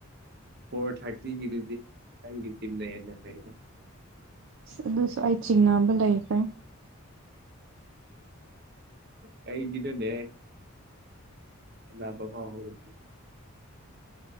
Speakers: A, on the right; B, on the right.
A: ꯐꯣꯔ ꯊꯔꯇ ꯒꯤꯗꯤꯇꯅ ꯐꯕ
B: ꯑꯗꯨꯁꯨ ꯑꯩꯥꯏ ꯆꯤꯡꯅꯥꯕ ꯂꯩ ꯂꯩꯀꯦ
A: ꯀꯩ ꯀꯗ ꯅꯦ ꯑꯕꯕꯥꯥꯎꯕ